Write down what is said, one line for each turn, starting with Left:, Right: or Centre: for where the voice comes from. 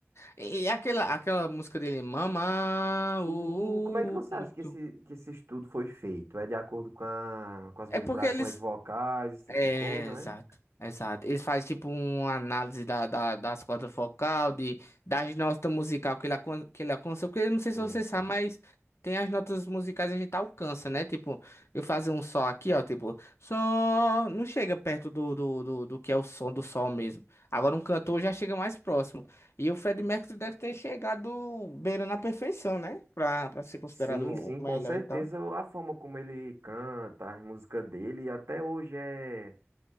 Left: E aquela, aquela música dele, Mama, uh,
Right: O,
Left: uh,
Right: o- como é que você
Left: uh, uh, muito.
Right: acha que esse, que esse estudo foi feito? É de acordo com, a- com as
Left: É
Right: vibrações
Left: porque ele,
Right: vocais, esse tipo
Left: É,
Right: de coisa,
Left: exato,
Right: né?
Left: exato. Eles fazem tipo uma análise da, da- das cordas focal, de, das notas musical que ele, alcan- que ele alcança, porque eu não
Right: Sim,
Left: sei se você
Right: sim.
Left: sabe, mas tem as notas musicais que a gente alcança, né? Tipo, eu fazer um sol aqui, ó, tipo, só não chega perto do, do, do, do que é o som do sol mesmo. Agora um cantor já chega mais próximo. E o Freddie Mercury deve ter chegado beirando a perfeição, né? Pra, pra ser considerado
Right: Sim,
Left: o
Right: sim, com
Left: melhor
Right: certeza
Left: e tal.
Right: a forma como ele canta, as músicas dele, até hoje é